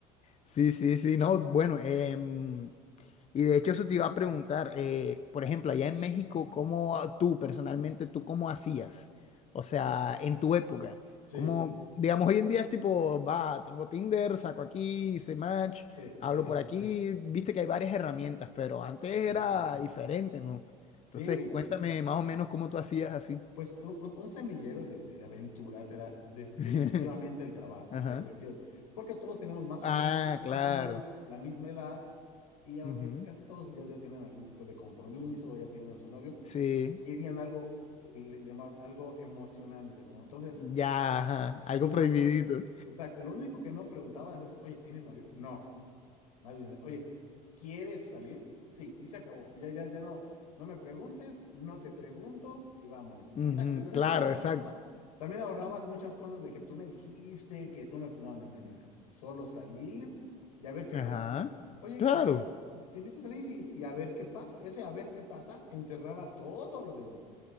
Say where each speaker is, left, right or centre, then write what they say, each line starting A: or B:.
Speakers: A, on the left; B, on the left.
A: Sí, sí, sí, no, bueno, em, y de hecho eso te iba a preguntar, eh, por ejemplo, allá en México, ¿cómo ah, tú personalmente, tú cómo hacías? O sea, en tu época,
B: Sí,
A: como, digamos, hoy en día es tipo, va, tengo Tinder, saco aquí, hice match,
B: sí,
A: hablo
B: sí,
A: por aquí, viste que hay varias herramientas, pero antes era
B: sí,
A: diferente, ¿no? Entonces,
B: sí.
A: cuéntame más o menos cómo tú hacías así.
B: Pues un, un- un semillero de, de- de aventuras era de- definitivamente
A: <laughs>
B: el trabajo,
A: Ajá.
B: definitivamente. Porque todos tenemos más
A: Ah,
B: o menos, más
A: claro.
B: o menos la misma edad y aunque
A: Ujú.
B: pues, casi todos ya, ya tienen algún tipo de compromiso, ya tenían su novio,
A: Sí,
B: querían algo, eh, le llamaban algo emocionante, ¿no? Entonces,
A: ya, ajá. Algo
B: lo,
A: prohibidito.
B: lo- lo- exacto, lo único que no preguntabas es, oye, ¿tienes novio? No. Más bien, oye, ¿quieres salir? Sí, y se acabó. Ya, ya, ya no, no me preguntes, no te pregunto y vámonos.
A: Ujú,
B: Y ya, y con esa
A: Claro,
B: narrativa
A: exacto.
B: también ahorrabas muchas cosas de que tú me dijiste, que tú me. No, no, no, no, no. Solo salir y a ver qué
A: Ajá.
B: pasa. Sí. Oye,
A: Claro,
B: este, te, te invito a salir y, y a ver qué pasa. Ese a ver qué pasa encerraba todo lo demás.